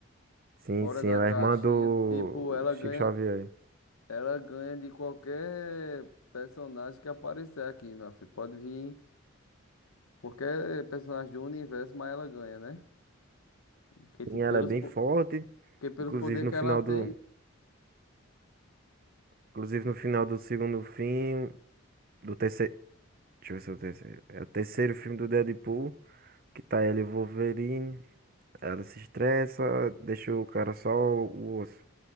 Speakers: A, on the right; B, on the left.
A: Sim,
B: Fora
A: sim,
B: da
A: é a
B: caixinha,
A: irmã do
B: tipo, ela
A: Chico
B: ganha,
A: Xavier.
B: ela ganha de qualquer personagem que aparecer aqui, meu filho. Pode vir qualquer personagem do universo, mas ela ganha, né? Porque, tipo,
A: Sim, ela
B: pelos,
A: é bem forte.
B: Porque pelos
A: Inclusive,
B: poderes
A: no
B: que
A: final
B: ela tem,
A: do, Inclusive no final do segundo filme, do terceiro, deixa eu ver se é o terceiro, é o terceiro filme do Deadpool, que tá ela e o Wolverine, ela se estressa, deixa o cara só o osso.